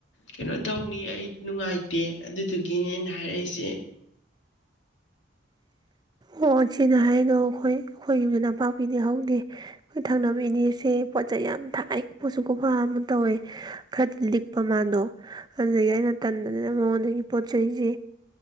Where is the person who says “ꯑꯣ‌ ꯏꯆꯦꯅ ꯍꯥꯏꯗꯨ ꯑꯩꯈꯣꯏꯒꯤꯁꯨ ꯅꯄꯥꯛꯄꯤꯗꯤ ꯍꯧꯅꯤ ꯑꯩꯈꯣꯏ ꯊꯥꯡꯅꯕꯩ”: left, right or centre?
Right